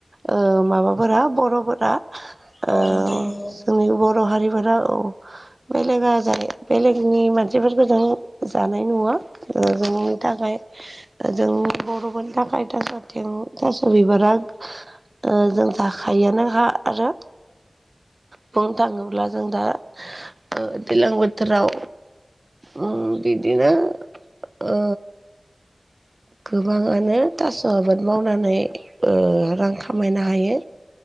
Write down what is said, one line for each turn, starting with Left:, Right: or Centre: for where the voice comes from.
Right: ओ माबाफोरा बर'फोरा।
Left: औ
Right: आं
Left: नोंथां नंगौ
Right: जोंनि ब- बर' हारिफोरा औ बेलेगा जायो बेलेगनि मानसिफोरखो‌ जों जानाय नङा ओ जोंनि थाखाय जोंनि बर'फोरनि थाखाय थास' आथें थास' बिबारा ओ जों जाखायोआानो खा आरो बुंनो थाङोब्ला जों दा ओ दैलां बोथोराव उम बिदिनो ओ गोबाङानो थास' आबाद मावनानै रां खामायनो हायो।